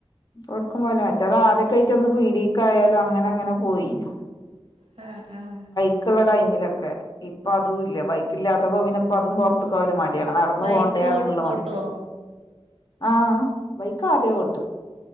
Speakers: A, on the left; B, on the right.
A: ഒടുക്കുംപോവൂല മറ്റേത് ആദ്യൊക്കെ ആയിട്ടൊന്ന് പീടീക്കായാലും അങ്ങനെങ്ങനെ പോയിനു
B: ആ ആ
A: ക്ക്ള്ള ടൈമിലൊക്കെ ഇപ്പൊ അതുല്ല ബൈക്കില്ലാത്തപ്പം പിന്നെ പ്പതും പൊർ ത്ത്ക്ക് ഒരു മടിയാണ് നടന്നു
B: ബൈക്ക്
A: പോണ്ടേന്നുള്ള
B: ഓ
A: മടിക്ക്
B: ഓട്ടോ
A: ആ ബൈക്ക് ആദ്യേ ഓട്ടും